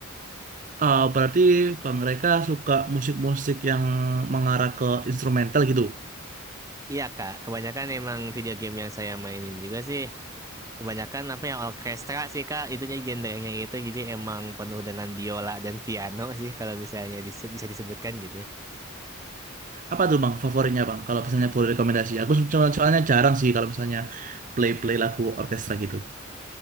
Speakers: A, on the right; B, on the right.
A: Ah, berarti Bang Reka suka musik-musik yang mengarah ke instrumental gitu?
B: Iya kak, kebanyakan emang video game yang saya mainin juga sih. Kebanyakan apa ya orkestra sih kak, itunya genrenya itu jadi emang penuh dengan biola dan piano sih kalau misalnya dise- bisa disebutkan gitu.
A: Apa tuh bang favoritnya bang? Kalau misalnya boleh rekomendasi, aku so- soalnya jarang sih kalau misalnya play-play lagu orkestra gitu.